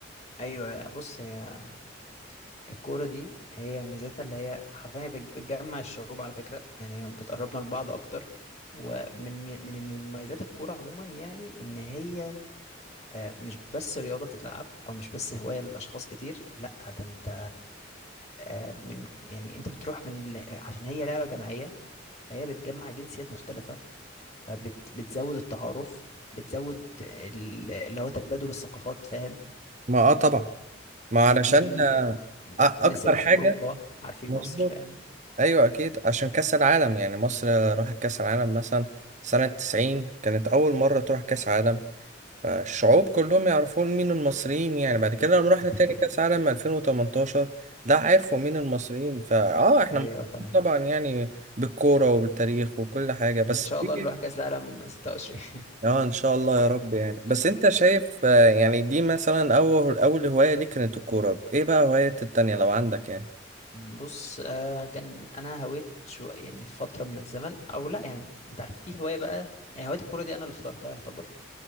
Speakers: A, on the left (about 35°); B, on the right (about 40°).
A: ايوه بص هي الكوره دي هي ميزتها اللي هي حرفيا بتج- بتجمع الشعوب على فكره يعني هي بتقربنا لبعض اكتر ومن من مميزات الكوره عموما يعني ان هي آه، مش بس رياضه بتتلعب او مش بس هوايه لاشخاص كتير لا ده انت آه، من يعني انت بتروح من ال- عشان هي لعبه جماعيه فهي بتجمع جنسيات مختلفة فبتزود التعارف بتزود ال- اللي هو تبادل الثقافات فاهم
B: ما اه طبعا ما
A: بتلاقي
B: علشان آه، أ-
A: الناس
B: اكتر
A: اللي
B: حاجة
A: في أوروبا عارفين
B: مظبوط
A: مصر فاهم
B: ايوه اكيد عشان كاس العالم يعني مصر راحت كاس العالم مثلا سنة 90 كانت اول مرة تروح كاس عالم فالشعوب كلهم يعرفون مين المصريين يعني بعد كده لما
A: <laughs>
B: رحنا تاني كاس عالم 2018 ده عرفوا مين المصريين فاه احنا
A: أيوة
B: محظوظين
A: فاهم
B: طبعا يعني بالكورة وبالتاريخ وكل حاجة بس
A: إن شاء
B: دي
A: الله نروح كأس العالم 26 <laughs> إن
B: اه ان شاء الله يا رب يعني بس
A: شاء
B: انت
A: الله
B: شايف آه، يعني دي مثلا اول اول هواية ليك كانت الكورة ايه بقى هواية التانية لو عندك يعني
A: بص آه كان أنا هويت شو يعني في فترة من الزمن أو لأ يعني أنت عارف في هواية بقى يعني هواية الكورة دي أنا اللي اخترتها يعتبر